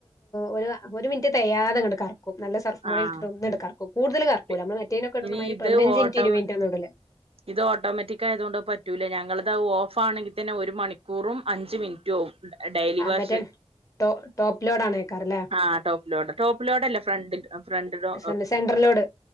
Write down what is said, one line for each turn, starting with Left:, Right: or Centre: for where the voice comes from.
Left: ഒരു ഒരു മിനിറ്റ് തെയ്യാതെ കിടുക്കാറ് നല്ല സർഫും കൂടെ
Right: ആഹ്
Left: ഇട്ടിട്ട് ഒന്നങ്ങട് കറക്കും കൂടുതൽ കറക്കൂല്ല
Right: പി
Left: നമ്മ മറ്റേനൊക്കെ ഇടണ
Right: ഇനി
Left: മാതിരി
Right: ഇത്
Left: പതിനഞ്ചു
Right: ഓട്ടം
Left: മിനിറ്റ് ഇരുപത് മിനിറ്റൊന്നും ഇടൂല്ല
Right: ഇത് ഓട്ടോമാറ്റിക്ക് ആയതുകൊണ്ട് പറ്റൂല ഞങ്ങളിത് ഓഫ് ആണെങ്കിൽ തന്നെ ഒരു മണിക്കൂറും അഞ്ച് മിനിറ്റും ആവും ഡെയിലി
Left: ആഹ്
Right: വാഷ്
Left: മറ്റേ ടോ ടോപ്പ് ലോഡാണേക്കാരല്ലേ
Right: ആഹ് ടോപ്പ് ലോഡ് ടോപ്പ് ലോഡല്ലാ ഫ്രണ്ട് ഫ്രണ്ട്ലോഡ്
Left: ന്റെ സെന്റർ ലോട്